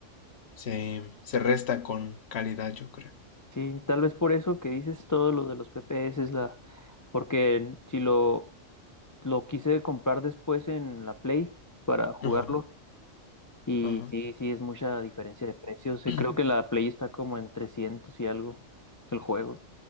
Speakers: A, on the left (about 60°); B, on the left (about 30°).
A: se, se resta con calidad, yo creo.
B: Sí, tal vez por eso que dices todo lo de los FPS es la... Porque si lo, lo quise comprar después en la Play para jugarlo
A: Ajá,
B: Y
A: ajá.
B: sí, sí, es mucha diferencia de precios. Eh,
A: <clears throat>
B: Creo que la Play está como en 300 y algo el juego.